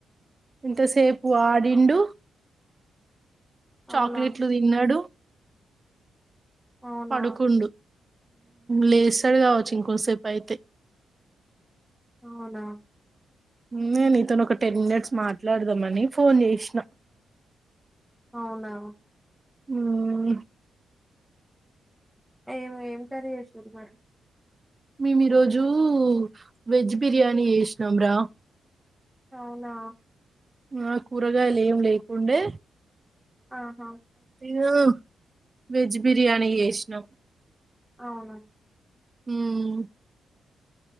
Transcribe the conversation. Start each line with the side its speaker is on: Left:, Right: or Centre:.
Right: ఇంతసేపు ఆడిండు
Centre: అ
Right: చాక్లెట్లు
Centre: అవునా
Right: తిన్నాడు
Centre: అవునా
Right: పడుకుండు లేస్తాడు కావచ్చు ఇంకోసేపు అయితే
Centre: అవునా
Right: నేను నీతోని ఒక టెన్ మినెట్స్ మాట్లాడుదాంమని ఫోన్ చేసినా
Centre: అవునా
Right: మ్మ్ హ్
Centre: ఏం ఏం కర్రీ చేసిన్రు మరి
Right: మేము ఈరోజు వెజ్ బిర్యానీ చేసినం రా
Centre: అవునా
Right: ఆ కూరగాయలేం లేకుండే
Centre: ఆహా
Right: యా వెజ్ బిర్యానీ చేసినం
Centre: అవునా
Right: మ్మ్ హ్